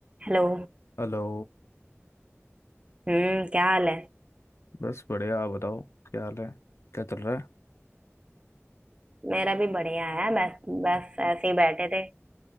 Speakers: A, on the right; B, on the left.
A: हेलो
B: हेलो
A: हम्म क्या हाल है
B: बस बढ़िया आप बताओ क्या हाल है क्या चल रहा है
A: मेरा भी बढ़िया है बस बस ऐसे ही बैठे थे